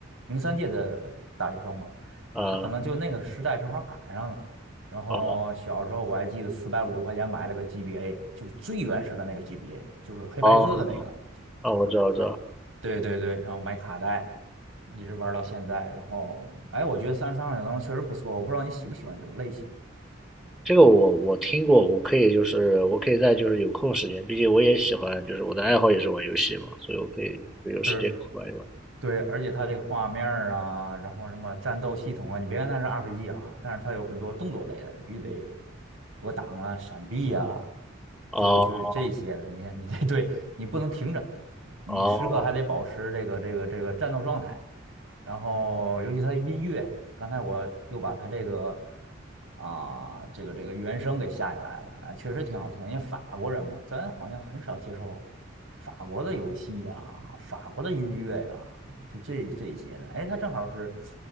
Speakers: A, on the right (about 85°); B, in the centre.
A: 零三届的大学生嘛，
B: 啊
A: 他可能就那个时代正好赶上了。然后小时候我还记得四百五十块钱买了个
B: 啊
A: GBA，就是最原始的那个 GBA，就是黑白色的那个。
B: 哦，啊，我知道，我知道，
A: 对对对，然后买卡带，一直玩到现在。然后，哎，我觉得三十三号小灯确实不错，我不知道你喜不喜欢这种类型。
B: 这个我我听过，我可以就是我可以在就是有空时间，毕竟我也喜欢，就是我的爱好也是玩游戏嘛，所以我可以就有时间可以玩一玩。
A: 是。对，而且它这个画面儿啊，然后什么战斗系统啊，你别看它是 RPG 啊，但是它有很多动作类的，你必须得躲挡啊、闪避啊，
B: 哦
A: 就就是这些的。你看，你这 <laughs> 对你不能停着，你时刻还得保持这个这个这个战斗状态。
B: 哦
A: 然后尤其他的音乐，刚才我又把他这个啊、这个这个原声给下下来了啊，确实挺好听。因为法国人嘛，咱好像很少接受法国的游戏呀、法国的音乐呀、就这这一些的。哎，他正好是，